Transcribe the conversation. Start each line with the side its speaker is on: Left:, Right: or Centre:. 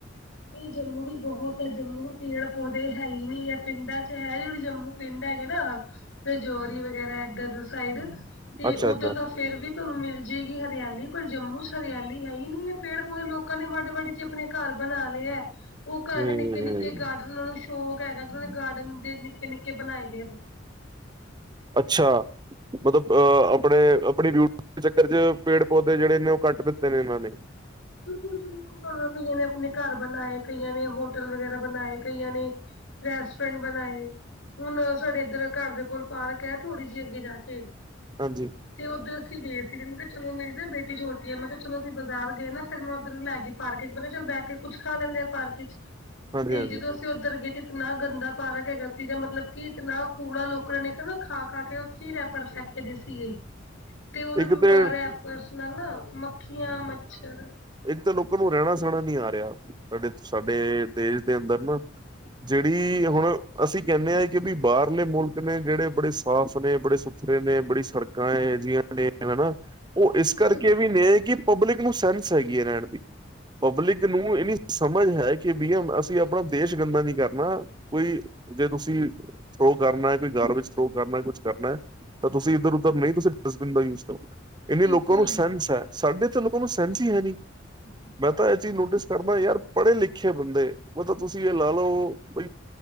Left: ਤੇ ਜੰਮੂ ਵੀ ਬਹੁਤ ਐ ਜੰਮੂ ਨੂੰ ਪੀੜ ਪੌਦੇ ਹੈ ਈ ਨੀ ਐ। ਪਿੰਡਾਂ ਚ ਹੈ ਜੇੜੇ ਜੰਮੂ ਪਿੰਡ ਹੈਗੇ ਨਾ ਰਜੋਰੀ ਵਗੈਰਾ ਐਧਰ ਸਾਈਡ ਤੇ
Right: ਅੱਛਾ-ਅੱਛਾ,
Left: ਉੱਧਰ ਤਾਂ ਫਿਰ ਵੀ ਤੁਹਾਨੂੰ ਮਿਲ ਜਾਏਗੀ ਹਰਿਆਲੀ, ਪਰ ਜੰਮੂ 'ਚ ਹਰਿਆਲੀ ਹੈ ਹੀ ਨੀ ਐ, ਪੇੜ ਪੌਦੇੇ ਲੋਕਾਂ ਨੇ ਵੱਢ- ਵੱਢ ਕੇ ਆਪਣੇ ਘਰ ਬਣਾ ਲਏ ਹੈ, ਉਹ ਘਰਾਂ
Right: ਹੂੰ,
Left: 'ਚ ਨਿੱਕੇ- ਨਿੱਕੇ ਗਾਰਡਨ ਉਹਨਾਂ ਨੂੰ ਸ਼ੌਕ ਹੈਗਾ, ਉਹਨਾਂ ਨੇ ਗਾਰਡਨ ਦੇ ਨਿੱਕੇ ਨਿੱਕੇ ਬਣਾਏ ਨੇ
Right: ਅੱਛਾ, ਮਤਲਬ ਅਹ ਆਪਣੇ, ਆਪਣੀ ਡਿਊਟੀ ਦੇ ਚੱਕਰ 'ਚ ਪੇੜ ਪੌਦੇ ਜੇੜੇ ਨੇ ਉਹ ਕੱਟ ਦਿੱਤੇ ਨੇ ਇਹਨਾਂ ਨੇ
Left: ਦੇਖੋ- ਦੇਖੋ ਕਈਆਂ ਨੇ ਆਪਣੇ ਘਰ ਬਣਾਏ, ਕਈਆਂ ਨੇ ਹੋਟਲ ਵਗੈਰਾ ਬਣਾਏ, ਕਈਆਂ ਨੇ ਰੈਸਟੋਰੈਂਟ ਬਣਾਏ ਹੁਣ ਸਾਡੇ ਇੱਧਰ ਘਰ ਦੇ ਕੋਲ ਪਾਰਕ ਹੈ, ਥੋੜ੍ਹੀ ਜਿਹੀ ਅੱਗੇ ਜਾ ਕੇ
Right: ਹਾਂਜੀ
Left: ਤੇ ਉੱਧਰ ਅਸੀਂ ਗਏ ਸੀਗੇ, ਮੈਂ ਕਿਹਾ ਚਲੋ ਮੇਰੀ ਨਾ ਬੇਟੀ ਛੋਟੀ ਹੈ, ਮੈਂ ਕਿਹਾ ਚਲੋ ਅਸੀਂ ਬਾਜ਼ਾਰ ਗਏ ਨਾ ਫੇਰ ਮੈਂ ਉੱਧਰ ਨੂੰ ਲੈ ਗਈ ਪਾਰਕ 'ਚ, ਮੈਂ ਕਿਹਾ ਚਲ ਬਹਿ ਕੇ ਕੁੱਛ ਖਾ ਲੈਂਦੇ ਆ ਪਾਰਕ 'ਚ,
Right: ਹਾਂਜੀ-ਹਾਂਜੀ
Left: ਤੇ ਜਦੋਂ ਤੇ ਉੱਧਰ ਗਏ, ਤੇ ਇਤਨਾ ਗੰਦਾ ਪਾਰਕ ਹੈਗਾ ਸੀਗਾ ਮਤਲਬ ਕਿ ਇਤਨਾ ਕੂੜਾ ਲੋਕਾਂ ਨੇ ਨਾ ਖਾ ਖਾ ਕੇ ਉੱਥੇ ਹੀ ਰਹਿ ਉੱਪਰ, ਫੈਕੇ ਦੇ ਸੀਗੇ ਤੇ ਉਹਦੇ,
Right: ਇੱਕ ਤੇ
Left: ਰੈਪਰਸ ਨਾਲ ਨਾ ਮੱਖੀਆਂ ਮੱਛਰ
Right: ਇਕ ਤਾਂ ਲੋਕਾਂ ਨੂੰ ਰਹਿਣਾ ਸਹਿਣਾ ਨੀ ਆ ਰਿਹਾ, ਸਾਡੇ, ਸਾਡੇ ਦੇਸ਼ ਦੇ ਅੰਦਰ ਨਾ ਜੇੜੀ ਹੁਣ, ਅਸੀਂ ਕਹਿੰਦੇ ਆਂ, ਕਿ ਵੀ ਬਾਹਰਲੇ ਮੁਲਕ ਨੇ ਜਿਹੜੇ ਬੜੇ ਸਾਫ ਨੇ, ਬੜੇ ਸੁਥਰੇ ਨੇ, ਬੜੀ ਸੜਕਾਂ ਇਹੋ ਜਿਹੀਆਂ ਡੇ ਹਨਾ, ਉਹ
Left: ਬਿਲਕੁਲ
Right: ਇਸ ਕਰਕੇ ਵੀ ਨੇ ਕਿ ਪਬਲਿਕ ਨੂੰ ਸੈਂਸ ਹੈਗੀ‌ ਏ ਰਹਿਣ ਦੀ ਪਬਲਿਕ ਨੂੰ ਇਹਨੀ ਸਮਝ ਹੈ ਕਿ ਬਈ ਅਸੀਂ ਆਪਣਾ ਦੇਸ਼ ਗੰਦਾ ਨੀ ਕਰਨਾ, ਕੋਈ ਜੇ ਤੁਸੀਂ ਥਰੋ ਕਰਨਾ, ਕੋਈ ਗਰ ਵਿੱਚ ਥਰੋ ਕਰਨਾ, ਕੁਛ ਕਰਨਾ, ਤਾਂ ਤੁਸੀਂ ਇੱਧਰ-ਉਧਰ ਨਹੀਂ ਤੁਸੀਂ ਡਸਟਬਿਨ ਦਾ ਯੂਜ ਕਰੋ,
Left: ਬਿਲਕੁਲ
Right: ਇੰਨੇ ਲੋਕਾਂ ਨੂੰ ਸੈਂਸ ਐ, ਸਾਡੇ ਇੱਥੇ ਲੋਕਾਂ ਨੂੰ ਸੈਂਸ ਹੀ ਐ ਨਹੀਂ।
Left: <inaudible>
Right: ਮੈਂ ਤਾਂ ਐਹ ਚੀਜ਼ ਨੋਟਿਸ ਕਰਦਾ ਯਾਰ ਪੜ੍ਹੇ-ਲਿਖੇ ਬੰਦੇ ਓ ਤਾਂ ਤੁਸੀਂ ਇਹ ਲਾ ਲਓ, ਬਈ